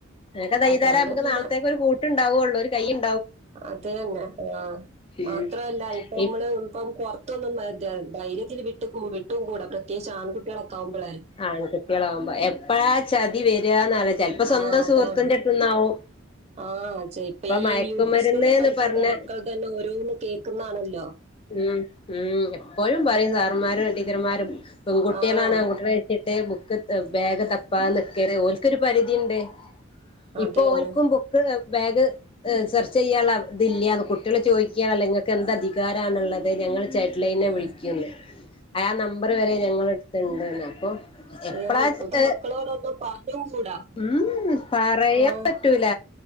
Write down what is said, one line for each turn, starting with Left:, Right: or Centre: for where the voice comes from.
Left: ഇതൊക്കെ ചെയ്താലേ
Right: അതുകൊണ്ട്
Left: നമുക്ക്
Right: പിന്നെ
Left: നാളത്തേക്ക് ഒരു കൂട്ടുണ്ടാവുള്ളൂ ഒരു കയും
Right: അതന്നെ ആഹ്
Left: ഉം
Right: മാത്രല്ല ഇപ്പമ്മള്
Left: ഇപ്
Right: ഇപ്പം പൊർ ഇപ്പൊന്നും <unintelligible> ധൈര്യത്തില് വിട്ട്ക്കു വിട്ടുകൂടാ പ്രത്യേകിച്ച് ആൺകുട്ടികളൊക്കെ ആവുമ്പളെ
Left: ആൺകുട്ടിളാമ്പോ എപ്പളാ ചതി വരാന്നറീല ചെലപ്പോ സ്വന്തം
Right: ആഹ് അതാണ്
Left: സുഹൃത്തിന്റെ അ ന്നാവും
Right: ആഹ് ചെയ്പ്പം ഈ
Left: മയക്കുമരുന്ന്ന്ന്
Right: യു പി സ്കൂളിൽ പഠിക്കുന്ന
Left: പറഞ്ഞ
Right: മക്കൾ തന്നെ ഓരോന്ന് കേക്കുന്നാണല്ലോ
Left: ഉം ഉം എപ്പോഴും പറയും സാറ്മാരും ടീച്ചർമാരും പെൺകുട്ടിളാണ്
Right: ആഹ്
Left: ആൺകുട്ടിക ട്ടെ ബുക്ക് ബാഗ് തപ്പാ നിക്കാണ് ഓൽക്കൊരു പരിധിണ്ട്
Right: അത്
Left: ഇപ്പൊ
Right: തന്നെ
Left: ഓൽ‌ക്കും ബു ബാഗ് സെർച്ച് ചെയ്യാൻ ഇള്ള ഇതില്ല്യാന്ന് കുട്ടികള് ചോദിക്കാണല്ലോ ഇങ്ങക്ക് എന്ത് അധി കാരന്ന്ള്ളത് ഞങ്ങള് ചൈഡ് ലൈനെ
Right: ഉം
Left: വിളിക്കിന്നു ആഹ് നമ്പർ വരെ ഞങ്ങള് ത്ണ്ട്ന്ന് അപ്പൊ എപ്പളാ
Right: ആഹ് ഇപ്പത്തെ മക്കളോടോന്നും പറഞ്ഞും കൂടാ
Left: ഉം പറയാൻ
Right: ആഹ്
Left: പറ്റൂല